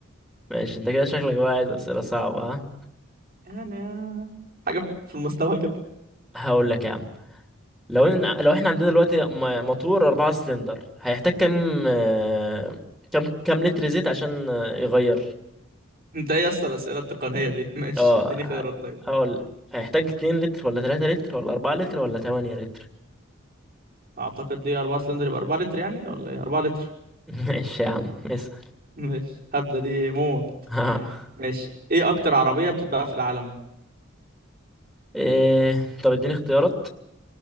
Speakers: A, in the centre; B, on the right.
A: ماشي انت كده شكلك بقى عايز اسئلة صعبة ها
B: يعني آه، حاجة في المستوى كده
A: هقول لك يا عم لو إن لو احنا عندنا دلوقتي م- موتور أربعة سلندر هيحتاج كام آه، كام كام لتر زيت عشان آه، يغير
B: انت ايه يا اسطى الأسئلة التقنية دي <laughs> ماشي
A: اه
B: اديني خيارات طيب
A: هقول هيحتاج اتنين لتر ولا تلاتة لتر ولا أربعة لتر ولا تمانية لتر
B: اعتقد دي 4 سلندر يبقى 4 لتر يعني ولا ايه 4 لتر
A: <laughs> ماشي يا عم اسأل
B: ماشي هبدأ دي موت
A: <laughs>
B: ماشي ايه اكتر عربية بتتباع في العالم
A: إيه طب اديني اختيارات